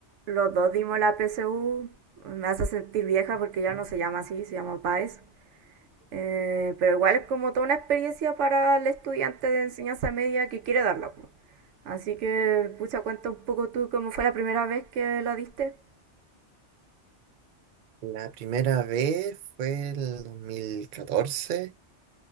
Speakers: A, on the right (about 85°); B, on the right (about 60°).
A: Los dos dimos la PSU. Me hace sentir vieja porque ya no se llama así, se llama PAES. Eh, pero igual es como toda una experiencia para el estudiante de enseñanza media que quiere darla. Así que, pucha, cuenta un poco tú cómo fue la primera vez que la diste.
B: La primera vez fue el 2014